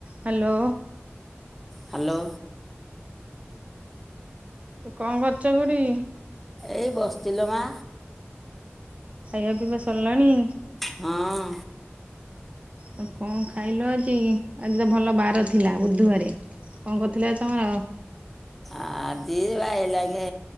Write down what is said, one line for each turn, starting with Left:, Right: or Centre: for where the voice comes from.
Right: Hello.
Centre: Hello.
Right: କଁ କରୁଚ ଖୁଡ଼ି?
Centre: ଏଇ ବଶ୍ଚିଲୋ ମା।
Right: ଖାଇବା ପିଇବା ସରିଲାଣି?
Centre: ହଁ।
Right: ଆଉ କଁ ଖାଇଲ ଆଜି ଆଜିତ ଭଲ ବାର ଥିଲା ବୁଧୁବାରେ? କଁ କରିଥିଲେ ଆଜି ତମର?
Centre: ଆଜିିବା ଏଇ ଲାଗେ